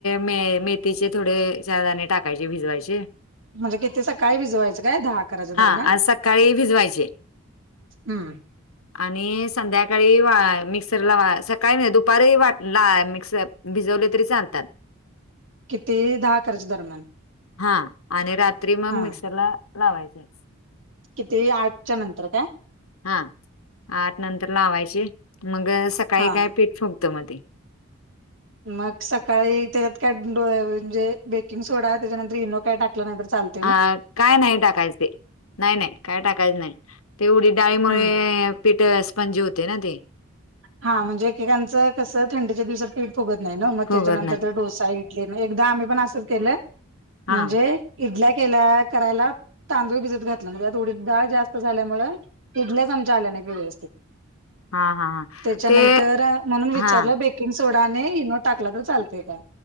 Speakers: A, on the left; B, on the right.
A: मे मेथीचे थोडे चार दाने टाकायचे, भिजवायचे.
B: म्हणजे किती सकाळी भिजवायचं काय, दहा अकराच्या दरम्यान
A: हा आज सकाळी भिजवायचे.
B: हम्म
A: आणि संध्याकाळी वा मिक्सरला वा सकाळी नाय दुपारी वाटला मिक्स भिजवले तरी चालतात.
B: किती दहा अकराच्या दरम्यान
A: हा, आणि रात्री मग
B: हा
A: मिक्सरला लावायचे.
B: किती आठच्या नंतर का?
A: हा आठ नंतर लावायचे मग सकाळी
B: हा
A: काय पीठ फुकत मध्ये-
B: मग सकाळी त्याच्यात काय म्हणजे बेकिंग सोडा त्याच्यानंतर इनो काय टाकला नाहीर चालत.
A: अ काय नाही टाकायचे. नाही नाही काय टाकायचं नाही तेवढी डाळीमुळे
B: हम्म
A: पीठपणजे होते ना ते-
B: हा म्हणजे एकेकांचं कसं थंडीच्या दिवसाते- फगत नाही ना मग
A: फुगत
B: त्याच्यानंतर
A: नाही
B: तर डोसा इडली एकदा आम्ही पण असंच केलं
A: हा
B: म्हणजे- इडल्या केल्या करायला तांदूळ भिजत घातला म्हणजे आतवडी डाळ जास्त झाल्यामुळे- पिडल्याच आमच्या आल्या नाही व्यवस्थित
A: हा हा हा
B: त्याच्यानंतर
A: ते
B: म्हणून विचारलं
A: हा
B: बेकिंग सोडा न इनो टाकला तर चालतय का